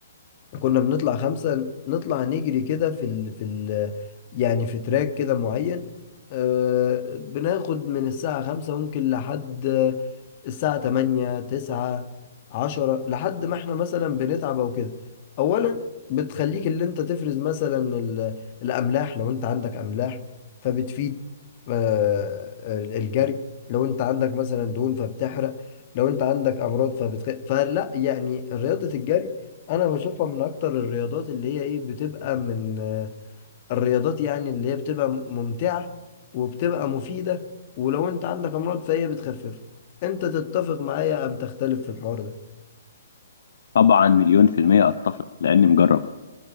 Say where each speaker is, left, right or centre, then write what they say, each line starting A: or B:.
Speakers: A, on the left; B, on the left.
A: كنا بنطلع خمسة نطلع نجري كده في ال... في ال... يعني في تراك كده معين آه، بناخد من الساعة خمسة ممكن لحد الساعة 8 9 10 لحد ما احنا مثلا بنتعب او كده اولا بتخليك اللي انت تفرز مثلا ال- الاملاح لو انت عندك املاح فبتفيد آه، الجري لو انت عندك مثلا دهون فبتحرق لو انت عندك امراض فبتخ... فلا يعني رياضة الجري انا بشوفها من اكتر الرياضات اللي هي ايه بتبقى من الرياضات يعني اللي هي بتبقى ممتعة وبتبقى مفيدة ولو انت عندك امراض فهي بتخففها انت تتفق معايا ام تختلف في الحوار ده
B: طبعا مليون في المية اتفق لاني مجرب